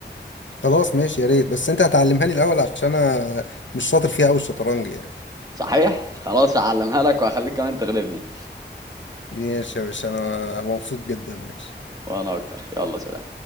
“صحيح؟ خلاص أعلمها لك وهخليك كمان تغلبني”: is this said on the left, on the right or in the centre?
Right